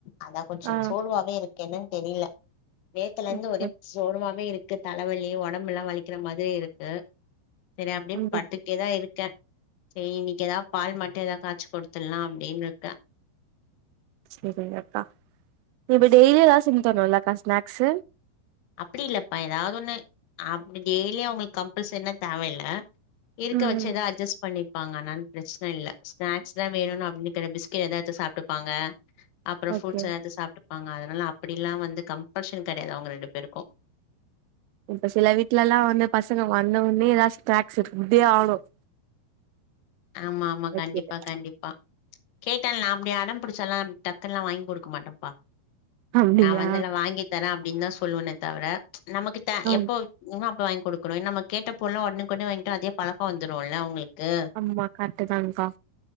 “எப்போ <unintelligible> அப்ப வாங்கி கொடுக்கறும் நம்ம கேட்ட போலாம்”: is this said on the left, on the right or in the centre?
Left